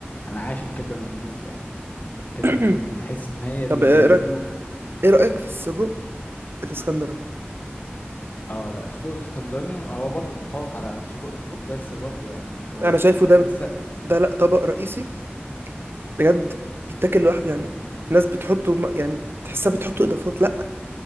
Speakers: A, on the left; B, on the right.
A: انا عايش الكبده من منوف يعني كبده
B: <clears throat>
A: من منوف بتحس ان هي
B: طب
A: بيزودوا
B: ايه رايك ايه رايك في السجق الاسكندراني
A: اه لا سجق اسكندراني هو برضو تفوق على سجق منوف بس برضو يعني هو
B: انا شايفه ده
A: لسه
B: ده لا طبق رئيسي بجد يتاكل لوحده يعني ناس بتحطه م- يعني تحسها بتحطه اضافات لا